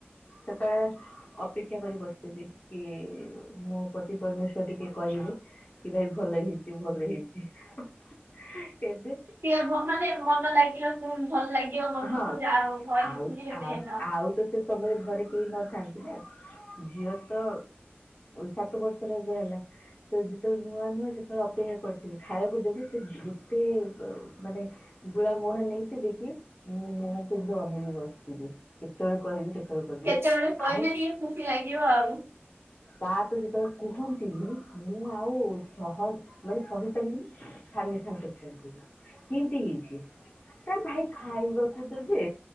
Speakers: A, on the left; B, on the right.
A: ସେତେବେଳେ ଅ ଅପେକ୍ଷା କରି ବସିବି କି ମୋ ପତି ପରମେଶ୍ଵର ଟିକେ କହିବି କି ଭାଇ ଭଲ ହେଇଛି ଭଲ ହେଇଛି। ଏବେ
B: ସଏ ମାନେ ମନ ଲାଗିବ ଭଲ ଲାଗିବ ମନକୁ
A: ହଁ
B: ଯାହାହଉ।
A: ଆଉ
B: <unintelligible>
A: ଆଉ ଆଉ ତ ସେ ସମୟରେ ଘରେ କେହି ନଥାନ୍ତି ନା। ଝିଅ ତ ସାତ ବର୍ଷର ଏବେ ହେଲା ତ ଯେତେବେଳେ ନୂଆ ନୂଆ ସେତେବେଳେ ଅପେକ୍ଷା କରିଥିବି ଖାଇବାକୁ ଦେବ ସେ ଯେତେ ମାନେ ବୁଳା ମୋହନ ନେଇଥିବି କି? ମୁଁ ମୁଁହ କୁ ଏମିତି ଅନେଇକି ବସିିଥିବି କେତେବେଳେ କହିବେ କେତେବେଳେ କହିବି?
B: ସେତେବେଳେ କହିଲେ
A: ଆଉ
B: ଟିକେ ଖୁସି ଲାଗିବ ଆଉ।
A: ତା ତ ଯେତେବେଳେ କୁହନ୍ତିନି ମୁଁ ଆଉ ସହ ମାନେ ସହିପାରିବିନି। ସାଙ୍ଗେ ସାଙ୍ଗ <unintelligible> କେନ୍ତି ହିଇଚି? ଏ ଭାଇ ଖାଇବାକୁ ଦେବେ